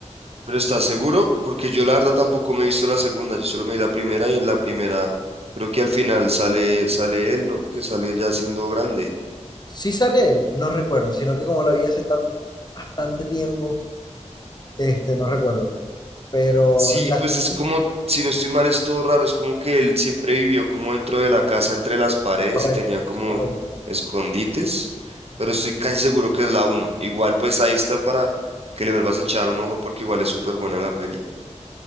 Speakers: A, on the right; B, on the left.
A: Pero ¿estás seguro? Porque yo la verdad tampoco me he visto la segunda, yo solo me vi la primera y en la primera creo que al final sale, sale él, ¿no? Que sale ya siendo grande.
B: Si sale él, no recuerdo, sino que como la vi hace tan, bastante tiempo, este, no recuerdo. Pero
A: Sí,
B: la
A: pues
B: segunda,
A: es como, si no estoy mal, es todo raro, es como que él siempre vivió como dentro de la casa, entre las paredes
B: correcto,
A: y tenía como
B: correcto.
A: escondites, pero estoy casi seguro que es la uno Igual pues ahí está para que le vuelvas a echar un ojo porque igual es súper buena la peli.